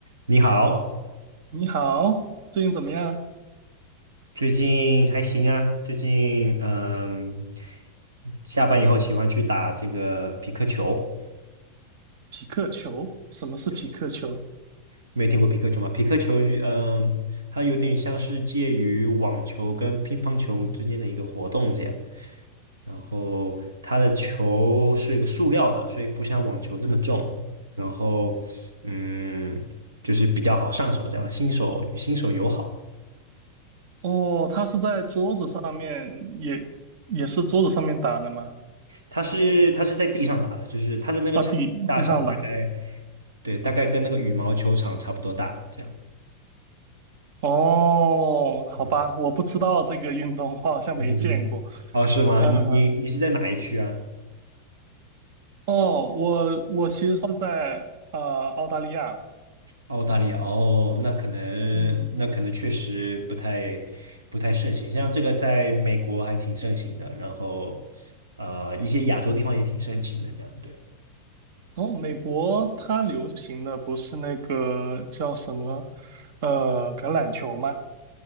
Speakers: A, on the right (about 70°); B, on the right (about 50°).
A: 你好，
B: 你好，最近怎么样？
A: 最近还行啊？最近嗯，下班以后喜欢去打这个皮克球。
B: 匹克球？什么是匹克球？
A: 对，没有听过皮克球吗？皮克球，嗯，它有点像是介于网球跟乒乓球之间的一个活动这样。然后它的球是一个塑料的，所以不像网球那么重。然后嗯，就是比较好上手，这样新手新手友好。
B: 哦，它是在桌子上面，也也是桌子上面打的吗？
A: 它是它是在地上打的，就是它的那个场地大小大概
B: 啊，地地上打。
A: 对，大概跟那个羽毛球场差不多大，这样。
B: 哦，好吧，
A: 嗯，
B: 我不知道这个运动，我好像没见过。
A: 你不知道吗哦，是吗？
B: 呃，
A: 你你你是在哪一区啊？
B: 哦，我我其实是在呃澳大利亚的
A: 澳大利亚哦，那可能那可能确实不太不太盛行，
B: 嗯，
A: 像这个在美国还挺盛行的，然后呃一些亚洲地方也挺盛行的，这样对。
B: 哦，美国它流行的不是那个叫什么呃橄榄球吗？